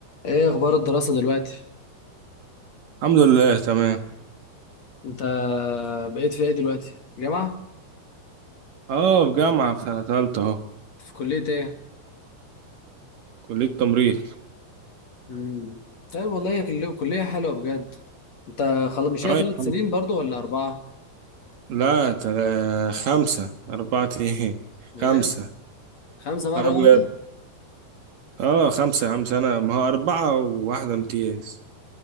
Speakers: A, on the left (about 45°); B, on the right (about 60°).
A: ايه اخبار الدراسة دلوقتي
B: الحمد لله تمام
A: انت بقيت في ايه دلوقتي في جامعة
B: اه في جامعة في سنة تالتة اهو
A: في كلية ايه
B: كلية تمريض
A: مم. طيب والله هي كل- كلية حلوة بجد انت خلاص مش
B: اه
A: هي ثلاث
B: يا عم
A: سنين برضو ولا اربعة
B: لا تلا خمسة أربعة ايه
A: بجد
B: خمسة
A: خمسة مرة
B: اه بجد
A: واحدة
B: اه خمسة يا عم سنة ما هو أربعة وواحدة امتياز